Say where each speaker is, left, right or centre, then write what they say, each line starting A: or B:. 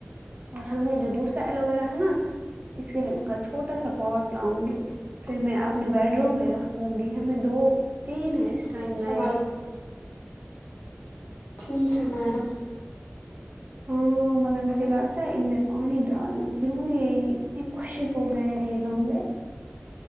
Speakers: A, on the right (about 40°); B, on the left (about 85°).
A: اور ہم نے جو دوسرا ایلو ویرا ہے نا اس کے لیے میں کل چھوٹا سا پاٹ لاؤں گی پھر میں اپنے بیڈ روم میں رکھوں گی ہمیں دو تین ہیں اس ٹائم
B: ٹھیک
A: نئے
B: ہے میڈم ٹھیک ہے میڈم
A: ہمم ہو مگر مجھے لگتا ہے ان میں پانی ڈالنا ضروری ہے یہ اتنے خشک ہو گئے یہ گملے